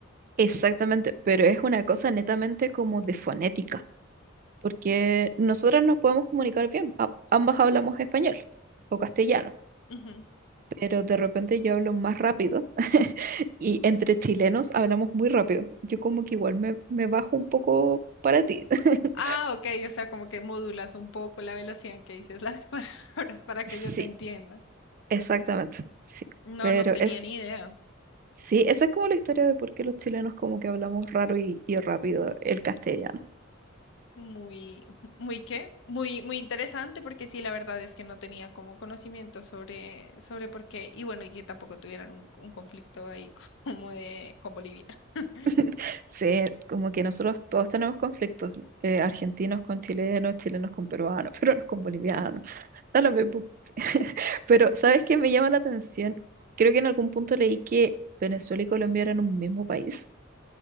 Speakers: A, on the right; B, on the left.
A: Exactamente, pero es una cosa netamente como de fonética, porque nosotras nos podemos comunicar bien, a- ambas hablamos español o castellano.
B: Ujú.
A: pero de repente yo hablo más rápido <laughs> y entre chilenos hablamos muy rápido. Yo como que igual me, me bajo un poco para ti. <laughs>
B: Ah, ok. O sea, como que modulas un poco la velocidad en que dices las <laughs> palabras para que
A: Sí,
B: yo te entienda.
A: exactamente, sí.
B: No,
A: Pero
B: no tenía
A: es,
B: ni idea.
A: sí, esa es como la historia de por qué los chilenos como que hablamos raro y, y rápido el castellano.
B: Muy, muy qué, muy, muy interesante porque sí, la verdad es que no tenía como conocimiento sobre, sobre por qué y bueno, y que tampoco tuvieran un, un conflicto ahí <laughs> como de con Bolivia. <laughs>
A: <laughs> Sí, como que nosotros todos tenemos conflictos, eh, argentinos con chilenos, chilenos con peruanos, <laughs> peruanos con bolivianos, da lo mismo. <laughs> Pero, ¿sabes qué me llama la atención? Creo que en algún punto leí que Venezuela y Colombia eran un mismo país.